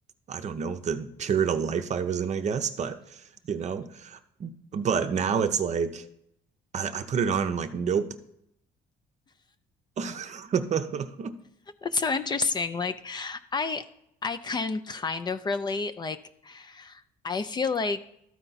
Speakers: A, on the right; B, on the left.
A: I don't know, the period of life I was in, I guess, but you know, but now it's like I, I put it on. I'm like, nope. <laughs>
B: <laughs> That's so interesting. Like I I can kind of relate. Like I feel like